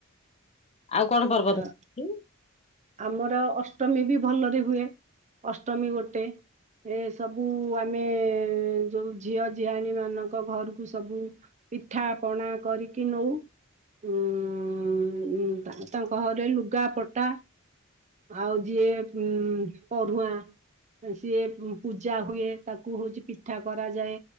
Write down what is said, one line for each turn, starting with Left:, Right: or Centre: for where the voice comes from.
Left: ଆଉ କଣ ପର୍ବ
Right: ଆ
Left: ଅଛି?
Right: ଆମର ଅଷ୍ଟମୀ ବି ଭଲରେ ହୁଏ। ଅଷ୍ଟମୀ ଗୋଟେ। ଏ ସବୁ ଆମେ ଯୋଉ ଝିଅ ଝିଆଣୀ ମାନଙ୍କ ଘରକୁ ସବୁ ପିଠା ପଣା କରିକି ନଉ ଉଁ ତାଙ୍କ ଘରେ ଲୁଗା ପଟା ଆଉ ଯିଏ ଉ ପଢୁଆ। ସିଏ ପୂଜା ହୁଏ ତାକୁ ହଉଛି ପିଠା କରାଯାଏ।